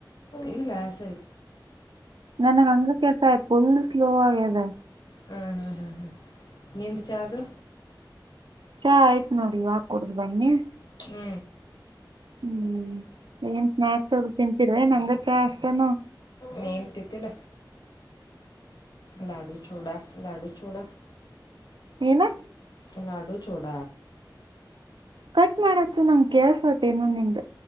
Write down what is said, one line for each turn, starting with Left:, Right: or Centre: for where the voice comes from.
Left: ಇಲ್ಲಸ
Right: ನನಗೆ ಅಂಗ ಕೆಸ ಆ ಪುಳ್ಳು ಸ್ಲೋವ ಆಗಿದೆ
Left: ಹ್ಮ್ ಹಾ ಹಾ ಹಾ ನಿಂದ ಚಾದು
Right: ಚಾ ಆಯ್ತ್ ನೋಡಿ ಇವಾಗ ಕುಡಿದು ಬನ್ನಿ
Left: ಹ್ಮ
Right: ಹ್ಮ್ ಏನ್ ಸ್ನಾಕ್ಸ್ ಅದೂ ತಿಂತೀರ ಏ ನಂಗ ಚಾ ಅಷ್ಟನು
Left: ನೇನ್ತಿ ತಿಲ್ಲ ಲಾಡೂ ಚೂಡ ಲಾಡೂ ಚೋಡ
Right: ಏನ
Left: ಲಾಡು ಚೋಡ
Right: ಕಟ್ ಮಾಡತ್ ನಂಗ ಕೇಸತ್ತನ್ನೊ ನಿದ